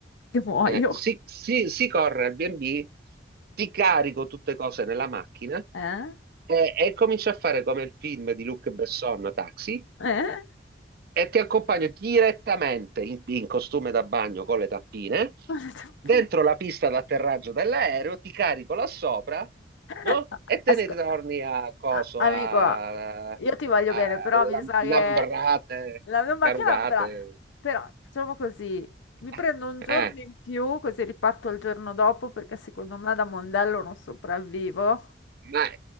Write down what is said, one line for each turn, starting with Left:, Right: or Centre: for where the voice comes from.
Left: Che muoio.
Right: eh, si, si- si corre al B&B, ti carico tutte cose nella macchina
Left: Eh?
Right: e, e comincio a fare come il film di Luc Besson, Taxi,
Left: Eh?
Right: e ti accompagno direttamente in, in costume da bagno con le tappine
Left: Ma le tappine.
Right: dentro la pista d'atterraggio dell'aereo, ti carico là sopra,
Left: Eh,
Right: no? E te
Left: Asco-
Right: ne ritorni a coso,
Left: a- amico,
Right: a, a
Left: io ti voglio bene, però mi
Right: Lam-
Left: sa
Right: Lambrate,
Left: che la mia macchina
Right: Carugate.
Left: avrà... Però facciamo così, mi
Right: Eh,
Left: prendo un giorno
Right: eh,
Left: in più, così riparto il giorno dopo, perché secondo me da Mondello non sopravvivo.
Right: ma-